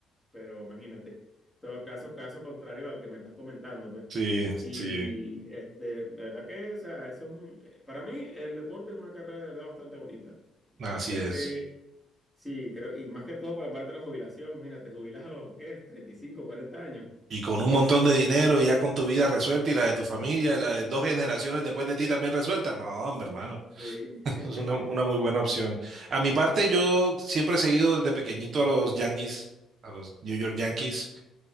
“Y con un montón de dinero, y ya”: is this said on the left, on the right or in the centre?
Right